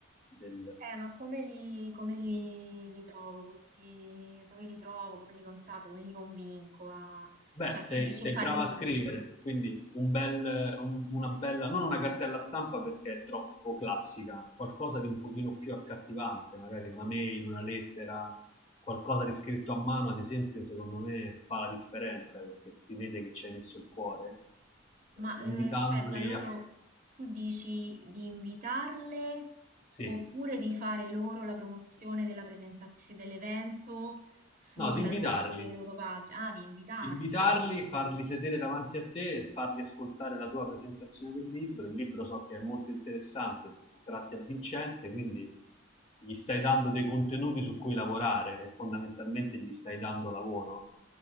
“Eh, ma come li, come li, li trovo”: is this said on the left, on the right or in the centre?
Right